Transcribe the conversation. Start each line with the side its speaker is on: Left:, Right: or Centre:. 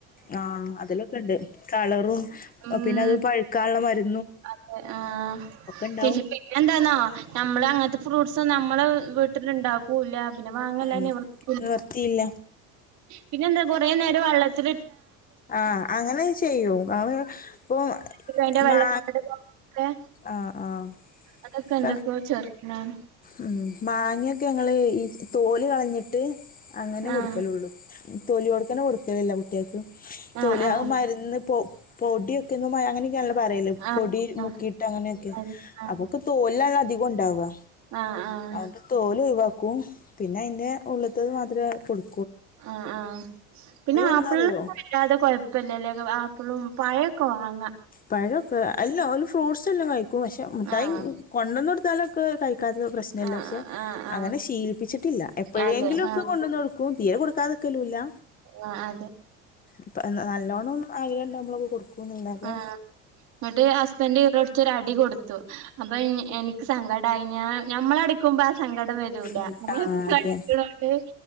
Left: ആ അതിലൊക്കെ ഉണ്ട് കളറും ഇപ്പപിന്നെ
Right: ഉം
Left: അത് പഴുക്കാനുള്ള മരു
Right: അതെ ആ
Left: ഉണ്ടാവും
Right: പിന്നെ എന്താന്നോ ഞമ്മള് അങ്ങ ഫ്രൂസ് നമ്മള് വീട്ടില് ഉണ്ടാക്കുയില്ല പിന്നെ വാങ്ങല്ലാതെ
Left: ഉം
Right: നിവർത്തിയില്ല
Left: നിവർത്തിയില്ല
Right: പിന്നെ എന്താ കൊറെ നേരം വെള്ളത്തി
Left: ആ അങ്ങനെ ചെയ്യും അവൻ ഇപ്പൊ
Right: അതിന്റെ വെള്ളപ്പാട്
Left: മാ
Right: ഒക്കെ
Left: ആ ആ
Right: അതൊക്കെ
Left: ഇപ
Right: എന്തൊക്കെയോ ചേർക്കണാണ്
Left: ഉം മാങ്ങയൊക്കെ ഞങ്ങള് ഈ തോല് കളഞ്ഞി ട്ട് അങ്ങനെ
Right: ആഹ്
Left: കൊടുക്കലുള്ളൂ തൊലിയോടെ തന്നെ കൊടുക്കലില്ല കുട്ടികൾക്ക്
Right: ആഹ്
Left: തൊലിയ
Right: ആഹ്
Left: അത് മരുന്ന് പൊ പൊടിയൊക്കെ ഒന്ന് മ അങ്ങനെയൊക്കെ പറയല്
Right: ആഹ്
Left: പൊടി
Right: ആഹ്
Left: മുക്കിയിട്ട് അങ്ങനെയൊക്കെ
Right: ആഹ് ആഹ്
Left: അപ്പൊക്കെ തോലിലാണ് അധികം ഉണ്ടാവുക
Right: ആഹ് ആഹ് ആഹ്
Left: അണ്ട് തോല് ഒഴിവാക്കൂ പിന്നെ അതിന്റെ ഉള്ളത്തത് മാത്രേ കൊടു
Right: ആ ആ പിന്നെ ആപ്പിള്
Left: എന്താ അറിയോ
Right: ഇല്ലാതെ കൊഴപ്പല്ല <unintelligible> ആപ്പിളും പഴയൊക്കെ വാങ്ങ
Left: പഴം ഒക്കെ അല്ല ഓന് ഫ്രൂസ് എല്ലാം കഴിക്കും പക്ഷെ മുഠായി
Right: ആഹ്
Left: കൊണ്ട വന്ന് കൊടുത്താലൊക്കെ കഴി അതൊന്നും പ്രശ്നമില്ല
Right: ആഹ്
Left: പക്ഷെ
Right: ആഹ് ആഹ്
Left: അങ്ങനെ ശീലിപ്പിച്ചിട്ടില്ല എപ്പോഴെങ്കിലും
Right: അതെ
Left: ഒക്കെ
Right: ആഹ്
Left: കൊണ്ടുവന്ന് കൊടുക്കും തീരെ കൊടുക്കാതെ തിരിക്കലില്ല
Right: ങ്ങ ആ
Left: ഇപ്പൊയെന്നാ നല്ലോണ്ണം അടിയൊന്നും നമ്മളുകൊടുക്കൂന്നല്ലാതെ
Right: ആഹ് എന്നിട്ട്, ഹസ്ബൻഡ് ഇതെടുത്തൊരടി കൊടുത്തു അപ്പൊ, എനി എനിക്കുസങ്കടായിഞാ ഞമ്മളടിക്കുമ്പോളാ സങ്കട വരൂല,
Left: ഉം,
Right: നമ്മളെത്ര
Left: ആ അതെ
Right: അടിക്കണൊ ണ്ട്.